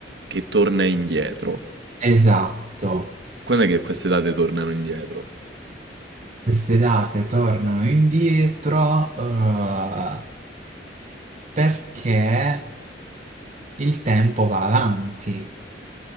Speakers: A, on the right; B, on the right.
A: che torna indietro.
B: esatto,
A: Quando è che queste date tornano indietro?
B: queste date tornano indietro, eh, perché il tempo va avanti,